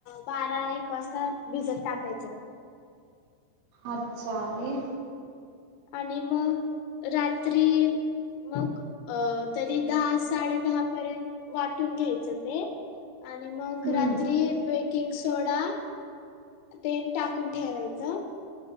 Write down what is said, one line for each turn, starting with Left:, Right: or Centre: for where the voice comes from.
Left: बारा एक वाजता भिजत टाकायचं.
Right: अच्छा आणि-
Left: आणि मग रात्री- मग अ तरी दहा साडे दहा पर्यंत वाटून घ्यायचं ते. आणि मग
Right: हम्म
Left: रात्री बेकिंग सोडा- तेन टाकून ठेवायचं.